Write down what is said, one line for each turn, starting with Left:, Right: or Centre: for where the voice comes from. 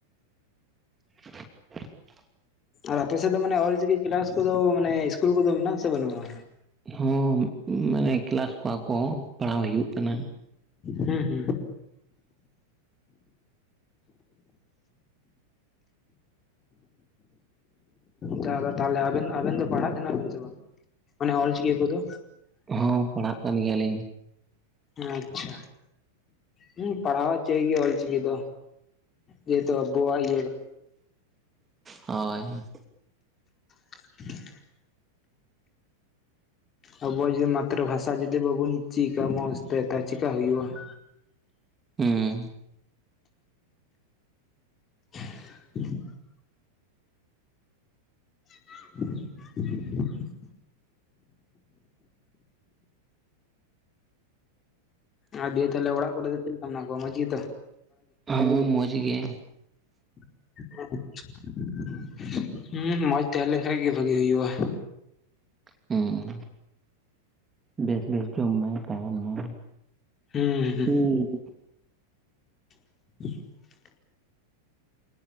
Right: <inaudible>
Left: ᱟᱨ ᱟᱯᱮ ᱥᱮᱫ ᱫᱚ ᱢᱟᱱᱮ ᱚᱞ ᱪᱤᱠᱤ ᱠᱮᱞᱟᱥ ᱠᱚᱫᱚ ᱢᱟᱱᱮ ᱤᱥᱠᱩᱞ ᱠᱚᱫᱚ ᱢᱮᱱᱟᱼᱜ ᱟᱥᱮ ᱵᱟᱹᱱᱩᱜᱼᱟ?
Right: ᱦᱚᱸ ᱢᱟᱱᱮ ᱠᱮᱞᱟᱥ ᱠᱚᱣᱟᱜ ᱠᱚ ᱯᱟᱲᱦᱟᱣ ᱦᱩᱭᱩᱜ ᱠᱟᱱᱟ᱾
Left: ᱦᱩᱸ-ᱦᱩᱸ᱾ ᱡᱟᱦᱟᱸ ᱫᱚ ᱛᱟᱦᱚᱞᱮ ᱟᱵᱮᱱ, ᱟᱵᱮᱱ ᱫᱚ ᱯᱟᱲᱦᱟᱜ ᱠᱟᱱᱟ ᱵᱤᱱ ᱥᱮ ᱵᱟᱝ ᱢᱟᱱᱮ ᱚᱞ ᱪᱤᱠᱤ ᱠᱚᱫᱚ?
Right: ᱦᱚᱸ ᱯᱟᱲᱦᱟᱜ ᱠᱟᱱ ᱜᱮᱭᱟᱞᱤᱧ᱾
Left: ᱟᱪᱷᱟ, ᱦᱮᱸ ᱯᱟᱲᱦᱟᱣ ᱪᱟᱹᱭ ᱜᱮ ᱚᱞᱪᱤᱠᱤ ᱫᱚ᱾ ᱡᱮᱦᱮᱛᱩ ᱟᱵᱚᱣᱟᱜ ᱤᱭᱟᱹ
Right: ᱦᱳᱭ᱾
Left: <inaudible> ᱟᱵᱚᱣᱟᱜ ᱡᱚᱫᱤ ᱢᱟᱛᱨᱤ ᱵᱷᱟᱥᱟ ᱡᱚᱫᱤ ᱵᱟᱵᱚᱱ ᱪᱮᱫ ᱠᱟ ᱢᱚᱸᱡᱽᱛᱮ ᱛᱟᱦᱮ ᱪᱮᱠᱟ ᱦᱩᱭᱩᱜᱼᱟ ᱾
Right: ᱦᱩᱸ᱾
Left: <inaudible> <inaudible> ᱟ ᱫᱤᱭᱮ ᱛᱟᱦᱞᱮ ᱚᱲᱟᱜ ᱠᱚᱨᱮ ᱫᱚ ᱪᱮᱫ ᱞᱮᱠᱟ ᱢᱮᱱᱟᱜ ᱠᱚᱣᱟ ᱢᱚᱡ ᱜᱮ ᱛᱚ?
Right: ᱦᱚᱸ ᱢᱚᱡᱽ ᱜᱮ᱾
Left: <unintelligible> ᱦᱩᱸ ᱢᱚᱡᱽ ᱛᱟᱦᱮᱸᱞᱮᱱ ᱠᱷᱟᱡ ᱜᱮ ᱵᱷᱟᱜᱤ ᱦᱩᱭᱩᱜᱼᱟ
Right: ᱦᱩᱸ ᱵᱮᱥ ᱵᱮᱥ ᱡᱚᱢ ᱢᱮ ᱛᱟᱦᱮᱱ ᱢᱮ,
Left: ᱦᱩᱸᱸ,
Right: ᱦᱩᱸ ᱦᱩᱸ
Left: <inaudible>